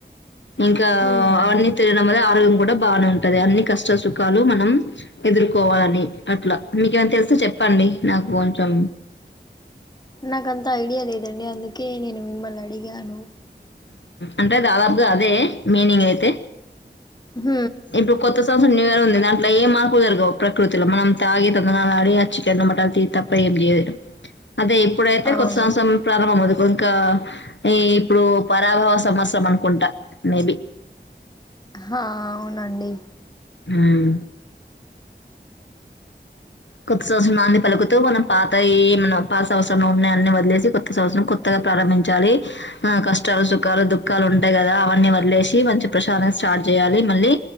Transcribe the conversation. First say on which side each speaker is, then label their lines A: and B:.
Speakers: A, on the left; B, on the left.
A: ఇంకా
B: హ్మ్
A: అవన్నీ తెలిడం ఆరోగ్యం కూడా బానే ఉంటుది అన్ని కష్టాలు సు కాలు మనం ఎదుర్కోవాలని అట్లా మీకేమైనా తెలిస్తే చెప్పండి నాకు కొంచెం
B: నాకంత ఐడియా లేదండి అందుకే నేను మిమ్మల్ని అడిగాను
A: అంటే దాదాపుగా అదే మీనింగ్ అయితే
B: హ
A: ఇప్పుడు కొత్త న్యూ ఇయర్ ఉంది దాంట్లో ఏ మార్పులు జరగవు ప్రకృతిలో మనం తాగి తందనాలు ఆడి ఆ చ్చికెనుమటాన్లు తీనీ తప్ప ఏం చేయదు అదే ఇప్పుడైతే
B: అవును
A: కొత్త సంవత్సరం ప్రారంభవుదు ఇంకా ఈ ఇప్పుడు పరాభవ సంవత్సరం అనుకుంటా మేబి
B: హా అవునండి
A: హుం కొత్త సంవత్సరం నాంది పలుకుతూ మనం పాత ఏమ పాత సంవత్సరంలో ఉన్నాయి అన్ని వదిలేసి కొత్త సంవత్సరం కొత్తగా ప్రారంభించాలి ఆ కష్టాలు సుఖాలు దుఃఖాలు ఉంటాయి కదా అవన్నీ వదిలేసి మంచి ప్రశాంతంగా స్టార్ట్ చేయాలి మళ్ళీ